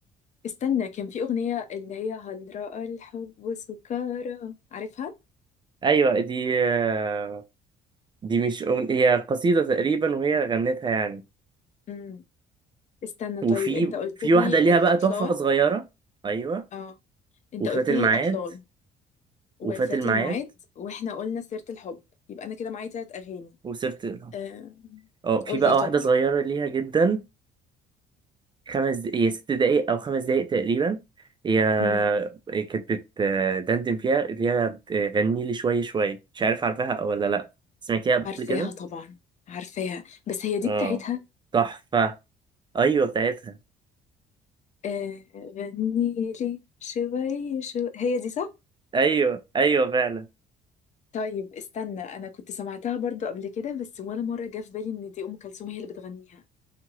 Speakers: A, on the left; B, on the right.
A: استنى كان في أغنية اللي هي هل رأى الحب سكارى عارفها؟
B: ايوه دي آه، دي مش أغن... هي قصيده تقريبا وهي غنتها يعني
A: أمم. استنى
B: وفي
A: طيب أنت قلت
B: في
A: لي
B: واحده
A: الأطلال
B: ليها بقى تحفه صغيره ايوه
A: اه أنت
B: وفات
A: قلت
B: الميعاد
A: لي الأطلال وفات
B: وفات الميعاد
A: الميعاد واحنا قلنا سيرة الحب يبقى انا كده معايا تلات اغاني
B: وسيره
A: أه...
B: اه في
A: قولي
B: بقى
A: طيب
B: واحدة صغيرة ليها جدا خمس د- هي ست دقايق أو خمس دقايق تقريبا هي
A: أمم،
B: هي كانت بتدندن فيها اللي هي بتغني لي شوية شوية مش عارف عارفاها أو ولا لأ سمعتيها قبل
A: عارفاها
B: كده؟
A: طبعا عارفاها بس هي دي
B: اه
A: بتاعتها
B: تحفة أيوة بتاعتها
A: آه، غني لي شوي شو هي دي صح؟
B: أيوة أيوة فعلا
A: طيب استنى انا كنت سمعتها برضو قبل كده بس ولا مرة جه في بالي ان دي ام كلثوم هي اللي بتغنيها